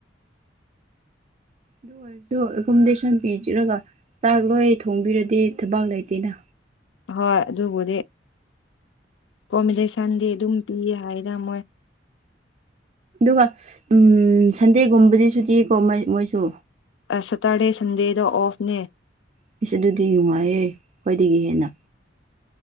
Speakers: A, on the right; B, on the left.
A: ꯑꯗꯨ ꯑꯣꯏꯔꯁꯨ ꯑꯦꯀꯣꯃꯣꯗꯦꯁꯟ ꯄꯤꯖꯔꯒ ꯆꯥꯛꯄ ꯂꯣꯏ ꯊꯣꯡꯕꯤꯔꯗꯤ ꯊꯕꯛ ꯂꯩꯇꯦꯅ
B: ꯍꯣꯏ ꯑꯗꯨꯕꯨꯗꯤ ꯑꯦꯀꯣꯃꯤꯗꯦꯁꯟꯗꯤ ꯑꯗꯨꯝ ꯄꯤꯌꯦ ꯍꯥꯏꯅ ꯃꯣꯏ
A: ꯑꯗꯨꯒ ꯎꯝ ꯁꯟꯗꯦꯒꯨꯝꯕꯗꯤ ꯁꯨꯇꯤꯀꯣꯏ ꯃꯣꯏꯁꯨ
B: ꯁꯇꯔꯗꯦ ꯁꯟꯗꯦꯗ ꯑꯣꯐꯅꯦ
A: ꯑꯩꯁ ꯑꯗꯨꯗꯤ ꯅꯨꯡꯉꯥꯏꯌꯦ ꯈ꯭ꯣꯏꯗꯒꯤ ꯍꯦꯟꯅ